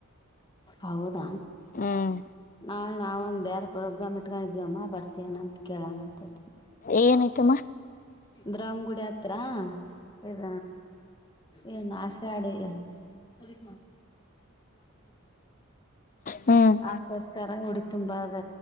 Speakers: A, on the left; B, on the left.
A: ಹೌದ
B: ಹ್ಮ್
A: ನಾಳ ನಾವ ಒಂದ ಬೇರೆ ಪರಗ್ಗಂಬಿಟ್ಕೊಂಡ ಇದವಮ್ಮ ಬರ್ತೀನಂತ ಕೇಳೋಣ ಅಂತನಿ
B: ಏನೈತಮ್ಮ
A: ದ್ರಾಮ್ ಗುಡಿ ಹತ್ರ ಇದ. ಎ ನಾಶ್ಟಾ <unintelligible>
B: ಹ್ಮ
A: ಅದಕ್ಕೋಸ್ಕರ ಉಡಿ ತುಂಬಾ ಅದ